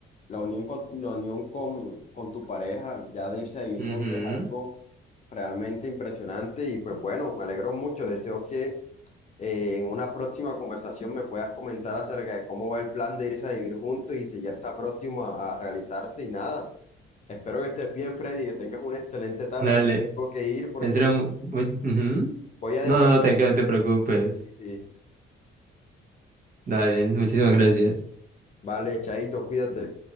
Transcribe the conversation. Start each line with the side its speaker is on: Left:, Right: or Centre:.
Left: la unión con, la unión con, con tu pareja, ya de irse a vivir
Right: ujú,
Left: juntos es algo realmente impresionante y pues bueno, me alegro mucho, deseo que eh, en una próxima conversación me puedas comentar acerca de cómo va el plan de irse a vivir juntos y si ya está próximo a, a realizarse y nada. Espero que estés bien, Freddy, que tengas una excelente tarde.
Right: Dale.
Left: Tengo que ir porque
Right: En serio, mu- mu- ujú.
Left: voy a
Right: No,
Left: descansar.
Right: no, no, tranquilo,
Left: <laughs>
Right: no te preocupes.
Left: Y,
Right: Dale, muchísimas gracias.
Left: vale, Chaito, cuídate.